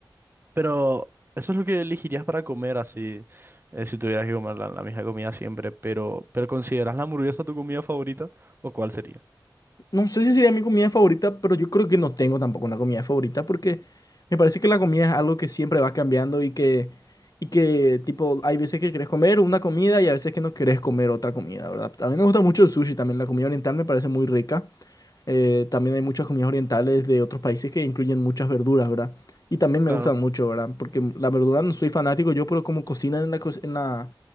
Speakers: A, on the right; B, on the left.
A: pero eso es lo que elegirías para comer así, eh, si tuvieras que comer la, la misma comida siempre, pero, pero ¿consideras la hamburguesa tu comida favorita o cuál sería?
B: No sé si sería mi comida favorita, pero yo creo que no tengo tampoco una comida favorita porque me parece que la comida es algo que siempre va cambiando y que, y que tipo, hay veces que querés comer una comida y a veces que no querés comer otra comida, ¿verdad? A mí me gusta mucho el sushi también, la comida oriental me parece muy rica. Eh, también hay muchas comidas orientales de otros países que incluyen muchas verduras, ¿verdad? Y también me
A: Claro,
B: gustan mucho, ¿verdad? Porque la verdura no soy fanático yo, pero como cocinan en la, co- en la,